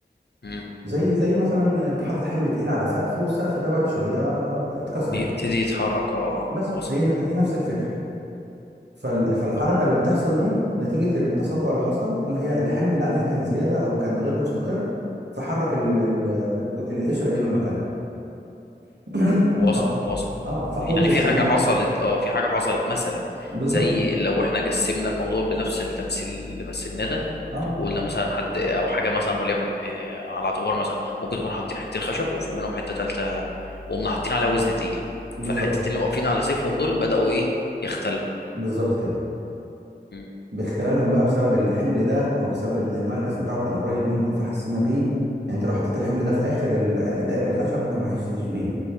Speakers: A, on the left; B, on the right.
A: مم.
B: زي زي مثلا انت حاطط حمل تقيل على سقف والسقف ده بعد شوية اتكسر
A: بيبتدي يتحرك اه اه
B: بس
A: وصل
B: هي ن- هي نفس الفكرة فال- فالحركة
A: طب
B: اللي بتحصل دي نتيجة التصدع اللي حصل إن هي الحمل اللي عليها كان زيادة أو كان غير مستقر فحرك ال ال القشرة دي من مكانها <clears throat>
A: وصل
B: فقو
A: وصل
B: اه فقوة
A: في- يعني
B: الزل
A: في حاجة حصلت اه في حاجة حصلت مثلا
B: بالظبط
A: زي لو احنا جسمنا الموضوع بنفس التمثيل اللي مثلناه ده
B: اه
A: وقلنا مثلا حد او حاجة مثلا وليكن آه، على اعتبار مثلا ممكن نكون حاطين حتتين خشب وفوق منهم حتة تالتة وقمنا حاطين عليها وزن تقيل
B: بالظبط
A: فالحتتين اللي واقفين على سيفهم دول بدأوا ايه يختلوا
B: بالظبط كده
A: مم.
B: باختلالهم بقى بسبب الحمل ده أو بسبب إن المركز بتاعه كان قريب منهم فحسينا بيه يعني أنت لو حطيت الحمل ده في آخر ال- العرق الخشب ممكن ما أحسش بيه